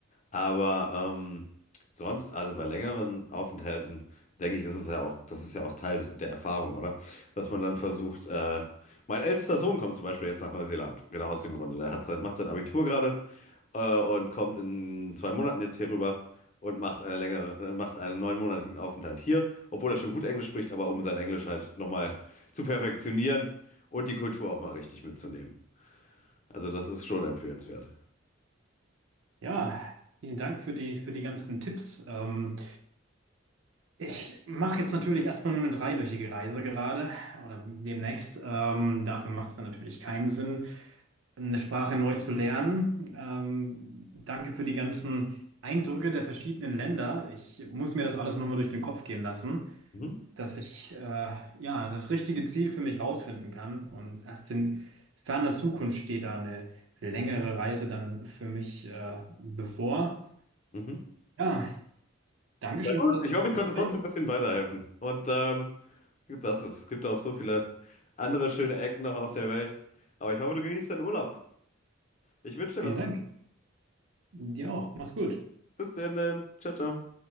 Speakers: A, on the left (about 35°); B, on the right (about 75°).
A: Aber ähm, sonst, also bei längeren Aufenthalten, denke ich, ist es ja auch, das ist ja auch Teil des, der Erfahrung, oder? Dass man dann versucht, äh, mein ältester Sohn kommt zum Beispiel jetzt nach Neuseeland, genau aus dem Grunde. Der hat sein, macht sein Abitur gerade äh, und kommt in zwei Monaten jetzt hier rüber und macht eine längere, äh, macht einen neunmonatigen Aufenthalt hier, obwohl er schon gut Englisch spricht, aber um sein Englisch halt nochmal zu perfektionieren und die Kultur auch mal richtig mitzunehmen. Also das ist schon empfehlenswert.
B: Ja, vielen Dank für die, für die ganzen Tipps. Ähm, ich mache jetzt natürlich erstmal nur eine dreiwöchige Reise gerade oder demnächst. Ähm, dafür macht es dann natürlich keinen Sinn, eine Sprache neu zu lernen. Ähm, danke für die ganzen Eindrücke der verschiedenen Länder. Ich muss mir das alles nochmal durch den Kopf gehen lassen.
A: Mhm.
B: dass ich äh, ja das richtige Ziel für mich rausfinden kann. Und erst in ferner Zukunft steht da eine längere Reise dann für mich äh, bevor.
A: Mhm.
B: Ja, Dankeschön
A: Na gut,
B: für das
A: ich hoffe, ich
B: Gespräch.
A: konnte trotzdem ein bisschen weiterhelfen. Und ähm, wie gesagt, es gibt auch so viele andere schöne Ecken noch auf der Welt. Aber ich hoffe, du genießt deinen Urlaub. Ich wünsche
B: Vielen
A: dir was.
B: Dank. Dir auch. Mach's gut.
A: Bis denn, denn. Ciao, ciao.